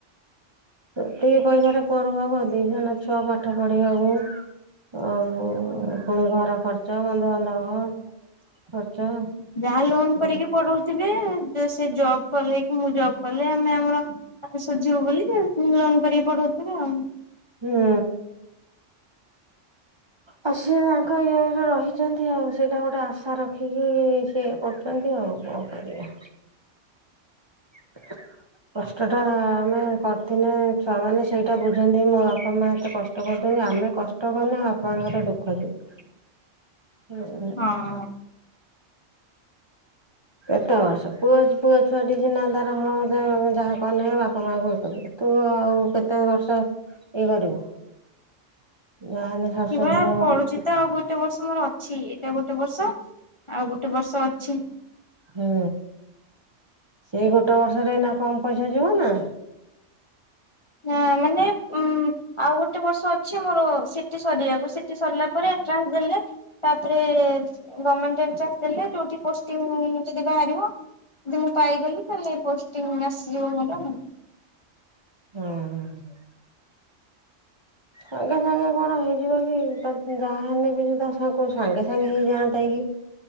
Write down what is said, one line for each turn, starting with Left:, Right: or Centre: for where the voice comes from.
Right: ଦି ପଇସାରେ କୁଆଡୁ ହବ ଦି ଜଣ ଛୁଆ ପାଠ ପଢିବାକୁ ଆଉ ପୁଣି ଘର ଖର୍ଚ୍ଚ ବନ୍ଧୁବାନ୍ଧବ ଖର୍ଚ୍ଚ
Left: ଯାହା ଲୋନ
Right: ହୁଁ।
Left: କରିକି ପଢଉଥିବେ ସେ ଜବ୍ କଲେ କି ମୁଁ ଜବ୍ କଲେ ଆମେ ଆମର ଆ ସୁଝିବୁ ବୋଲି ଲୋନ କରିକି ପଢ଼ଉ ଥିବୁ ଆଉ
Right: ହୁଁ ଆଉ ସିଏ ତାଙ୍କ ଇଏ ଇରେ ରହିଛନ୍ତି ଆଉ ସେଇଟା ଗୋଟେ ଆଶା ରଖିକି ସେ କରୁଛନ୍ତି ଆଉ କଣ କରିବା <unintelligible> କଷ୍ଟଟା ଆମେ କରିଥିନେ ଛୁଆ ମାନେ ସେଇଟା ବୁଝନ୍ତି ମୋ ବାପା ମା ଏତେ କଷ୍ଟ ସେ କହୁଛନ୍ତି ଆମେ କଷ୍ଟକଲେ ବାପଙ୍କର ଦୁଃଖ ଯିବ।
Left: ହଁ।
Right: କେତେ ବର୍ଷ ପୁଅ ପୁଅ ଛୁଆଟି ସିନା ତାର ହଁ ଯାହା କନେ ବାପା ମାଙ୍କୁ କେ ତୁ ଆଉ କେତେ ବର୍ଷ ଇଏ କରିବୁ ଯାହାହେଲେ ଶାଶୁ
Left: କିଭଳି
Right: ଶଶୁର
Left: ପଢୁଚିତ ଆଉ ଗୋଟେ ବର୍ଷ ମୋର ଅଛି ଏଇଟା ଗୋଟେ ବର୍ଷ ଆଉ ଗୋଟେ ବର୍ଷ ଅଛି।
Right: ହୁଁ ସେଇ ଗୋଟେ ବର୍ଷରେ ଏଇନା କମ ପଇସା ଯିବ ନା
Left: ହଁ ମାନେ ଉଁ ଆଉ ଗୋଟେ ବର୍ଷ ଅଛି ମୋର ସିଟି ସରିବାକୁ ସିଟି ସରିଲା ପରେ ଏଣ୍ଟ୍ରାନ୍ସ ଦେଲେ ତାପରେ ଗମେଣ୍ଟ ଏଣ୍ଟ୍ରାନ୍ସ ଦେଲେ ଯୋଉଠି ପୋଷ୍ଟିଙ୍ଗ ଯଦି ବାହାରିବ। ଯଦି ମୁଁ ପାଇଗଲି ତାହେଲେ ପୋଷ୍ଟିଂ ଆସିଯିବ ମୋର।
Right: ହୁଁ। ସାଙ୍ଗେ ସାଙ୍ଗେ କଣ ହେଇଯିବ କି ତ ଯାହା ହେନେବି ବି ସୁଧା ସାଙ୍ଗେ ସାଙ୍ଗେ ହେଇଯାଆନ୍ତା କି